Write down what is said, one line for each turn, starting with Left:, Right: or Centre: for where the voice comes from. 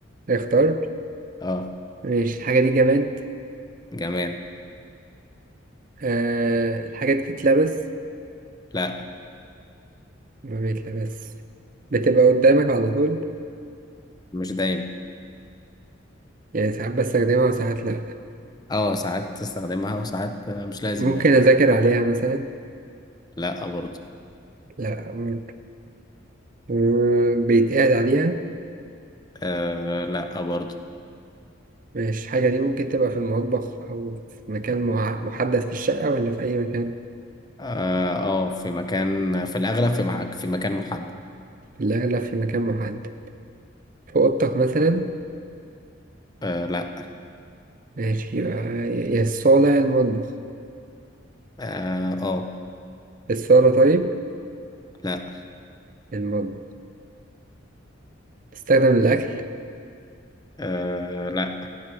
Right: اختار
Left: اه
Right: ماشي الحاجة دي جماد
Left: جماد
Right: آه الحاجة دي بتتلبس
Left: لا
Right: ما بيتلبس بتبقى قدامك على طول
Left: مش دايما
Right: يعني ساعات بستخدمها وساعات لأ
Left: اه ساعات تستخدمها وساعات مش لازم
Right: ممكن
Left: يعني
Right: أذاكر عليها مثلا
Left: لا برضو
Right: لأ برضه آه، بيتقعد عليها
Left: آه لا برضو
Right: مش الحاجة دي ممكن تبقى في المطبخ أو في مكان مع- محدد في الشقة ولا في أي مكان
Left: اه آه، في مكان في الأغلب في مع... في مكان محدد
Right: في الأغلب في مكان محدد في أوضتك مثلا
Left: آه لا
Right: ماشي يبقى يا يا الصالة يا المطبخ
Left: اه آه،
Right: الصالة طيب
Left: لا
Right: يا المطبخ تستخدم الأكل
Left: آه لا